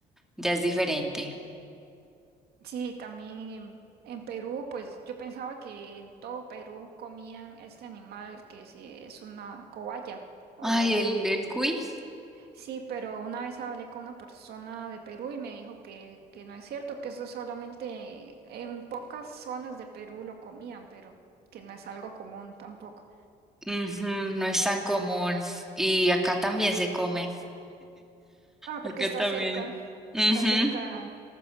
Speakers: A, in the centre; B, on the right.
A: ya es diferente.
B: Sí, también en, en Perú, pues yo pensaba que en todo Perú comían este animal que sí es una cobaya o
A: Ay, el, el cuy.
B: Sí, pero una vez hablé con una persona de Perú y me dijo que, que no es cierto, que eso solamente en pocas zonas de Perú lo comían, pero que no es algo común tampoco.
A: Ujú, no es tan común. Y acá también se come.
B: Ah, porque
A: Acá
B: está
A: también.
B: cerca,
A: Ujú,
B: está cerca.